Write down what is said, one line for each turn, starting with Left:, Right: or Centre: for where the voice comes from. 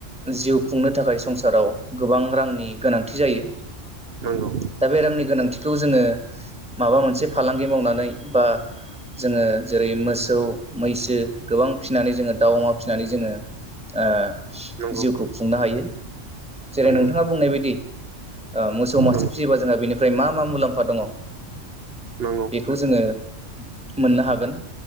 Centre: जिउ खुंनो थाखाय संसाराव गोबां रांनि गोनांथि जायो
Right: नंगौ
Centre: दा बेरामनि गोनांथि बेखौ जोङो माबा मोनसे फालांगि मावनानै बा जोङो जेरै मोसौ मैसो गोबां फिसिनानै जोङो दाउ अमा फिसिनानै जोङो ओ
Right: नंगौ
Centre: जिउखौ खुंनो हायो जेरै
Right: नंगौ
Centre: नोंथाङा बुंनाय बायदि मोसौ मासे
Right: नंगौ
Centre: फिसियोबा जोंहा बेनिफ्राय मा मा मुलाम्फा दङ
Right: नंगौ
Centre: बेखौ जोङो मोननो हागोन